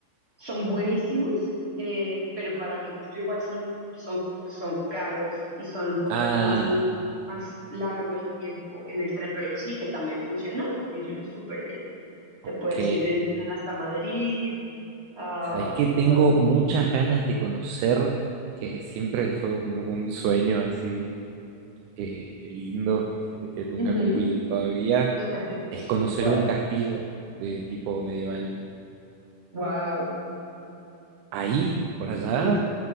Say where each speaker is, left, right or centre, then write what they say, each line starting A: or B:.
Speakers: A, on the right; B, on the right.
A: son buenísimos, eh, pero para mi gusto igual son, son, son caros y son un poquito
B: Ah,
A: más, más largo el tiempo en el tren, pero sí que también funciona, funciona súper bien. Te
B: ok.
A: puedes ir del tren hasta Madrid. ah,
B: Sabes que tengo
A: bueno.
B: muchas ganas de conocer, que siempre fue un, un sueño así eh, lindo, que, que nunca
A: Ujú.
B: cumplí todavía,
A: <laughs>
B: es conocer
A: ¿Cuál?
B: un castillo de tipo medieval.
A: Wow.
B: Ahí, por allá,
A: Castillo.